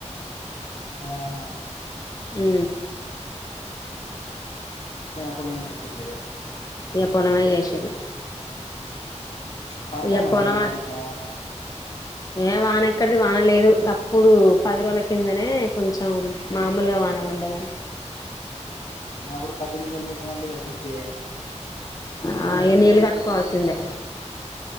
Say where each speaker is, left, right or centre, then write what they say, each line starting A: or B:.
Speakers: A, on the left; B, on the left.
A: ఆహా
B: ఈ
A: పోలేగా
B: ఇక పొలమే చేసింది
A: పడతానా
B: ఇక పొలం
A: సార్ మానూరు సవార
B: ఏ వాన ఎక్కడిది వాన లేదు అప్పుడు పది రోజుల కిందనే కొంచెం కొంచెం మామూలుగా వాన పడ్దండి
A: డు పతు కాల పెట్డి బుగే
B: ఆ ఇగ నీళ్ళు కట్టుకోవాల్సిందే